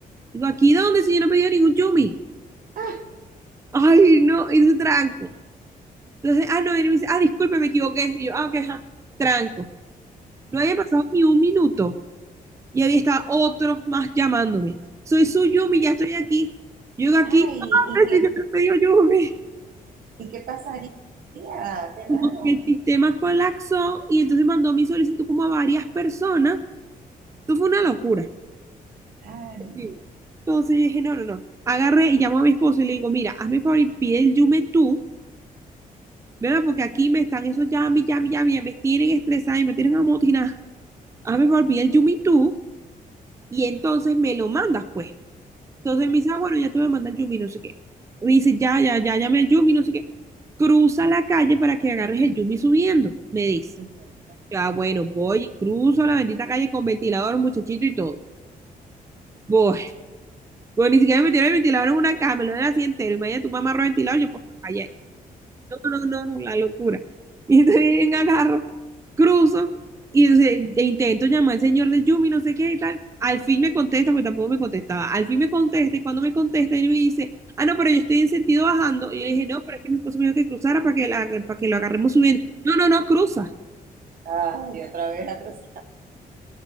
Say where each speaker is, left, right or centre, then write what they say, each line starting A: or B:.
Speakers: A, on the right; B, on the right.
A: Digo, ¿aquí dónde si yo no he pedido ningún Yumi?
B: ah,
A: Ay, no, y dice tranco. Entonces, ah, no, viene y me dice, ah, disculpe, me equivoqué. Y yo, ah, ok, ajá, tranco. No había pasado ni un minuto y había estado otro más llamándome. Soy su Yumi, ya estoy aquí. Llego aquí,
B: ay,
A: ah,
B: ¿y qué,
A: sí, yo me pedí Yumi.
B: y qué pasaría? Qué
A: Como
B: raro,
A: que el sistema colapsó y entonces mandó mi solicitud como a varias personas. Esto fue una locura.
B: ay,
A: Sí. Entonces yo dije, no, no, no. Agarré y llamó a mi esposo y le digo, mira, hazme el favor y pide el Yume tú ¿verdad? Porque aquí me están esos yami, yami, yami, me tienen estresada y me tienen amotinada. A mí me olvidé el Yumi tú y entonces me lo mandas, pues. Entonces él me dice, ah, bueno, ya te voy a mandar el Yumi, no sé qué. Me dice, ya, ya, ya, llamé al Yumi, no sé qué. Cruza la calle para que agarres el Yumi subiendo, me dice.
B: ujú,
A: Ya, bueno, voy y cruzo la bendita calle con ventilador, muchachito y todo. Voy. Bueno, ni siquiera me metieron el ventilador en una cama, me lo den así entero. Imagínate, tu mamá amarró el ventilador, yo por la calle No, no, no, no, la locura. <laughs> Y entonces bien agarro, cruzo y entonces e intento llamar al señor del Yumi, no sé qué y tal. Al fin me contesta, porque tampoco me contestaba. Al fin me contesta y cuando me contesta, él me dice, ah, no, pero yo estoy en sentido bajando. Y yo le dije, no, pero es que mi esposo me dijo que cruzara para que, la- para que lo agarremos subiendo. No, no, no, cruza.
B: ay, otra vez atrás